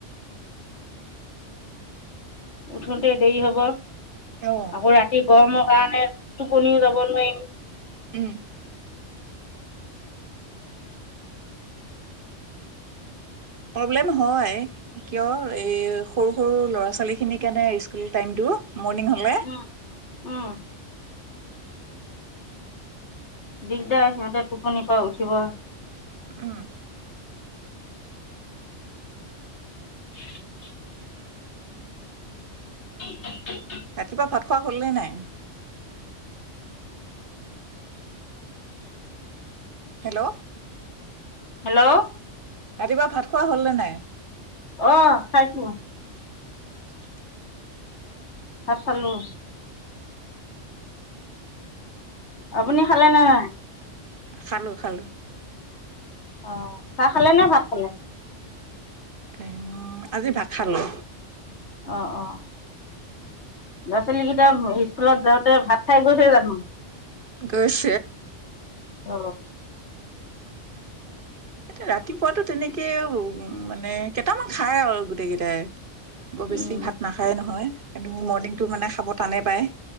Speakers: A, on the left (about 65°); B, on the right (about 50°).
A: উঠোঁতে দেৰি হব
B: অ
A: আকৌ ৰাতি গৰমত কাৰণে টোপনিও যাব নোৱাৰিম।
B: উম'। প্ৰব্লেম হয় কিয় এই সৰু সৰু ল'ৰা ছোৱালী সিমি কেনে স্কুল টাইমটো মৰ্ণিং হলে
A: উম, উম'। দিগদাৰ সিহঁতে টোপনি পৰাা উঠিব
B: উম'।
A: <inaudible> <unintelligible>
B: ৰাতিপুৱা ভাত খোৱা হল নে নাই? হেল্ল'।
A: হেল্ল'।
B: ৰাতিপুৱা ভাত খোৱা হল নে নাই?
A: অ' খাইছো
B: <unintelligible>
A: ভাত খালো। আপুনি খালে নে নাই
B: খালো খালো।
A: অ' চাহ খালে নে ভাত খালে
B: এই আজি ভাত খালো
A: অ' অ' ল'ৰা ছোৱালীকেইটাটা স্কুলত যাওঁতে ভাত খাই গৈছে জানো
B: গোচ
A: অ
B: এয়া ৰাতিপুৱাতো তেনেকেই উ মানে কেইটামান খাই আৰু গোটেই কেইটাই, বৰ বেছি
A: উম
B: ভাত নাখায় নহয় কিু মৰ্ণিংতটো মানে খাব টানে পায়।